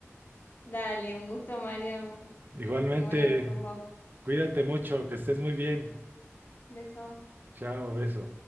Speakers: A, on the left; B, on the right.
A: Dale, un gusto, Mario.
B: Igualmente,
A: Qué bueno hablar con vos.
B: cuídate mucho, que estés muy bien.
A: Beso.
B: Chao, beso.